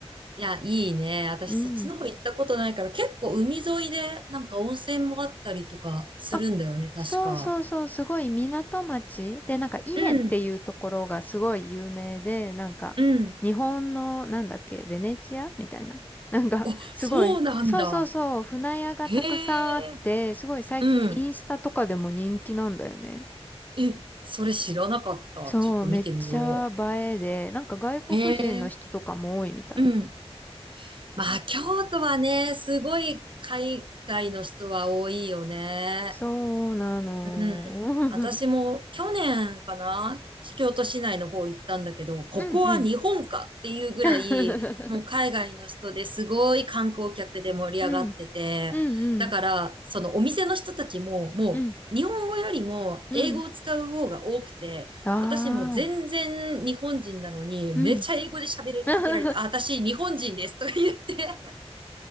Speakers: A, on the right; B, on the left.
A: いや、いいね。私、
B: うん。
A: そっちの方行ったことないから、結構海沿いで、なんか温泉もあったりとかするんだよね、
B: あ、
A: 確か。
B: そうそうそう、すごい港町で、なんか稲っていうところがすごい有名で、
A: うん、
B: なんか日本のなんだっけ、
A: うん。
B: ベネチアみたいな。なんかすごい、
A: あ、そうなんだ。
B: そうそうそう、船屋がたくさんあって、
A: へえ、
B: すごい最近インスタとかでも人気なんだよね。
A: うん。え、それ知らなかった。
B: そう、
A: ちょっと見てみよ
B: めっちゃ映えで、なんか外国人の人とかも多いみたい。
A: う。ええ、うん。まあ、京都はね、すごい海外の人は多いよね。
B: そうなの。
A: うん。
B: <laughs>
A: 私も去年かな、京都市内の方行ったんだけど、ここは日本かっていうぐらい、
B: うんうん。<laughs>
A: もう海外の人ですごい観光客で盛り上がってて、
B: うん、うんうん、
A: だから、そのお店の人たちも、もう日本語よりも英語を使う方が多くて、
B: うん、うん。あ
A: 私も全然日本人なのに、
B: あ、うん
A: めっちゃ英語で喋りかけられて、
B: <laughs>
A: あ、私日本人ですとか言って